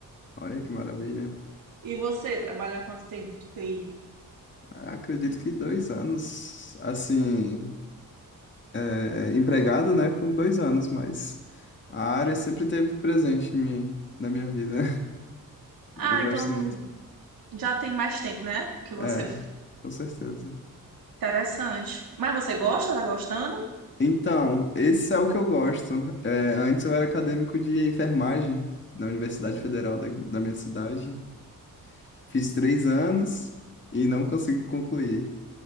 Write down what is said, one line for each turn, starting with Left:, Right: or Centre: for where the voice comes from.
Left: Olha que maravilha.
Right: E você trabalha há quanto tempo de TI?
Left: Acredito que dois anos, assim, é, empregado, né? Com dois anos, mas a área sempre teve presente em mim, na minha vida. <laughs>
Right: Ah,
Left: Eu gosto
Right: então
Left: muito.
Right: já tem mais tempo, né? Que você.
Left: É, com certeza.
Right: Interessante. Mas você gosta? Tá gostando?
Left: Então, esse é o que eu gosto. É, antes eu era acadêmico de enfermagem na Universidade Federal da, da minha cidade. Fiz três anos e não consegui concluir.